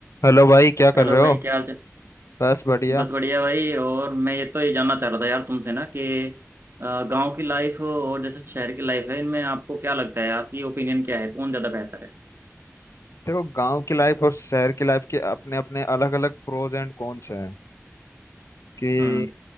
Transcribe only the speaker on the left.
Hello भाई क्या कर
रहे
हो
बस बढ़िया
देखो गांव की लाइफ और शहर की लाइफ के अपने अपने अलग अलग प्रोज एंड कॉन्स हैं कि